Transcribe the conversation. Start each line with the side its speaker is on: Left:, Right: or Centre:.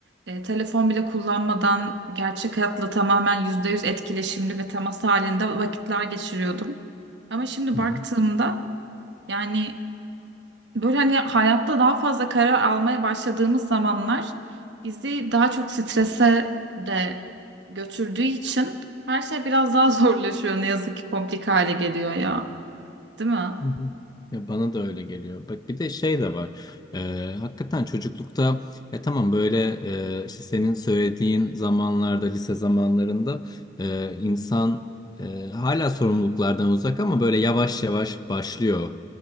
Right: E, telefon bile kullanmadan gerçek hayatla tamamen %100 etkileşimli ve temas halinde vakitler geçiriyordum. Ama şimdi
Left: Hı
Right: baktığımda
Left: hı.
Right: yani böyle hani hayatta daha fazla karar almaya başladığımız zamanlar bizi daha çok strese de götürdüğü için her şey biraz daha <laughs> zorlaşıyor. Ne yazık ki komplik hale geliyor ya, değil mi?
Left: Hı hı. Ya bana da öyle geliyor. Bak bir de şey de var. Ee, hakikaten çocuklukta e, tamam böyle e, işte senin söylediğin zamanlarda lise zamanlarında e, insan e, hala sorumluluklardan uzak ama böyle yavaş yavaş başlıyor